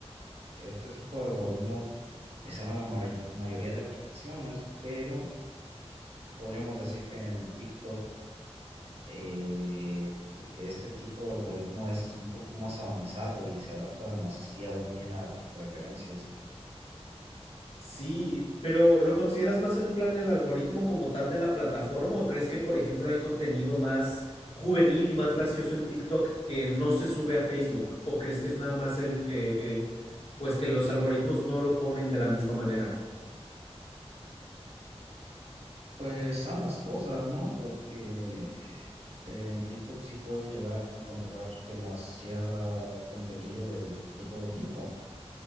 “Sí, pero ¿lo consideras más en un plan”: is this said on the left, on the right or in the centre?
Left